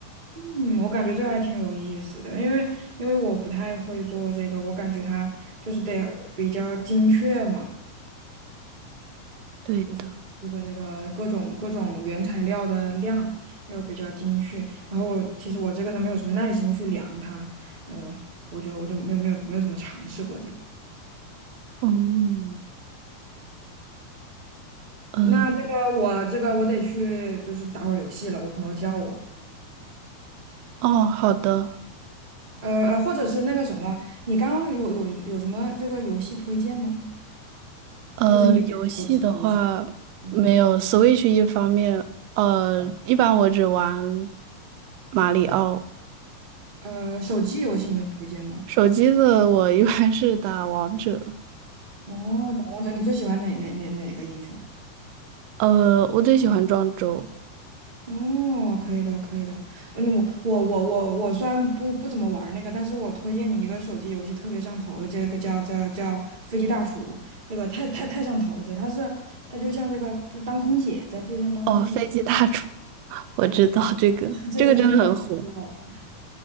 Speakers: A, on the right (about 20°); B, on the right (about 85°).
A: 嗯，我感觉这个还挺有意思的，因为因为我不太会做这个，我感觉它就是得比较精确嘛。
B: 对的，
A: 就是这个这个各种各种原材料的量要比较精确。然后我其实我这个人没有什么耐心去量它，嗯、我就我就没有没有没有怎么尝试过这个。
B: 嗯嗯
A: 那这个我这个我得去就是打会儿游戏了，我朋友叫我，
B: 哦，好的，
A: 呃呃，或者是那个什么，你刚刚有有什么有什么这个游戏推荐吗？
B: 呃，
A: 就是你玩手机游戏，
B: 游戏的话没有
A: 嗯，
B: Switch 一方面，呃，一般我只玩马里奥，
A: 呃，手机游戏你有推荐吗？
B: 手机的我一般是打王者。
A: 哦，打王者你最喜欢哪哪哪哪个英雄？
B: 呃，我最喜欢庄周，
A: 哦，可以的，可以的。嗯，我我我我我虽然不不怎么玩儿那个，但是我推荐你一个手机游戏特别上头的，这个叫叫叫《飞机大厨》，这个太太太上头了。这他是他就像这个就当空姐，在飞机上当空姐。
B: 哦，飞机大厨，我知道这个，
A: 对对对，<laughs> 这这真真特别好玩儿
B: 这个真的很火。